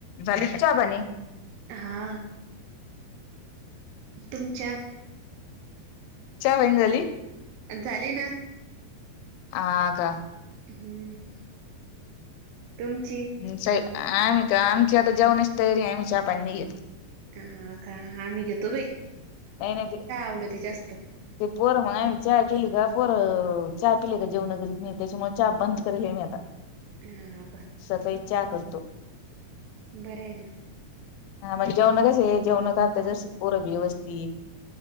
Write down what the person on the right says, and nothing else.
हा, तुमच्या.
झाले ना,
हम्म, तुमची?
हा का, आम्ही घेतो भाई.
आवडती जास्त.
हा
बरा आहे ना,